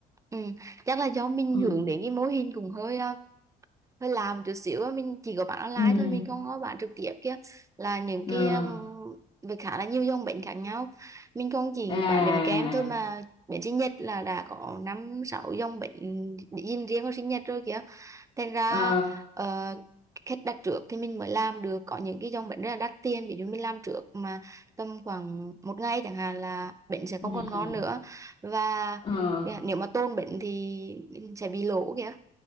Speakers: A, on the right; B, on the left.
A: Ừ, chắc là do mình
B: Ừ.
A: hướng đến cái mô hình cũng hơi ờ, hơi làm chút xíu á. mình chỉ có bán online
B: Ừ,
A: thôi mình không có bán trực tiếp kia là những
B: ừ,
A: cái um, với khá là nhiều dòng bánh khác nhau mình không chỉ
B: à,
A: bán bánh kem thôi mà bánh sinh nhật là đã có năm sáu dòng bánh dinh riêng của sinh nhật rồi kìa thành ra
B: ờ,
A: ờ, khách đặt trước thì mình mới làm được có những cái dòng bánh rất là đắt tiền ví dụ mình làm trước mà tầm khoảng một ngày chẳng hạn là bánh sẽ
B: ừ,
A: không còn ngon nữa và
B: ờ,
A: nếu mà tôn bánh thì sẽ bị lỗ kìa